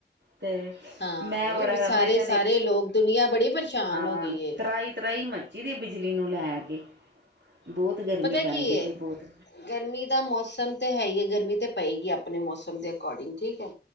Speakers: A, on the right; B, on the left.
A: ਤੇ
B: ਹਾਂ
A: ਮੈਂ ਬੜਾ
B: ਸਾਰੇ
A: ਮੈਂ ਕਿਹਾ
B: ਸਾਰੇ
A: ਦੇਖ
B: ਲੋਕ ਦੁਨੀਆਂ ਬੜੀ ਪਰੇਸ਼ਾਨ
A: ਹਾਂ,
B: ਹੋ ਗਈ ਏ
A: ਤਰਾਈ-ਤਰਾਈ ਮ ਚੀ ਦੀ ਬਿਜਲੀ ਨੂੰ ਲੈ ਕੇ, ਬੌਤ ਗਰਮੀ
B: ਪਤਾ
A: ਪੈਂਦੀ
B: ਕੀ
A: ਪੀ ਏ ਬੌਤ।
B: ਗਰਮੀ ਦਾ ਮੌਸਮ ਤੇ ਹੈ ਈ ਏ, ਗਰਮੀ ਤੇ ਪਏਗੀ ਅਪਣੇ ਮੌਸਮ ਦੇ ਅਕੋਡਿੰਗ ਠੀਕ ਐ।